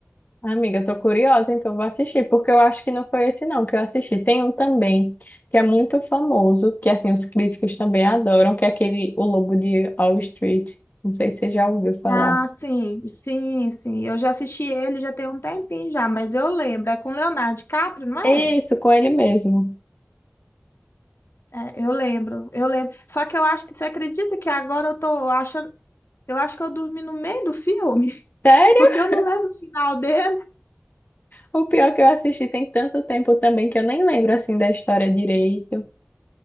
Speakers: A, on the left; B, on the left.
A: Amiga, eu tô curiosa, então vou assistir, porque eu acho que não foi esse não que eu assisti. Tem um também, que é muito famoso, que assim, os críticos também adoram, que é aquele O Lobo de Wall Street. Não sei se você já ouviu falar.
B: Ah, sim, sim, sim. Eu já assisti ele já tem um tempinho já, mas eu lembro. É com Leonardo DiCaprio, não
A: Isso,
B: é?
A: com ele mesmo.
B: É, eu lembro, eu lembro. Só que eu acho que você acredita que agora eu tô achando. Eu acho que eu dormi no meio do filme, <laughs>
A: Sério?
B: porque eu não lembro o final dele.
A: O pior que eu assisti tem tanto tempo também que eu nem lembro assim da história direito.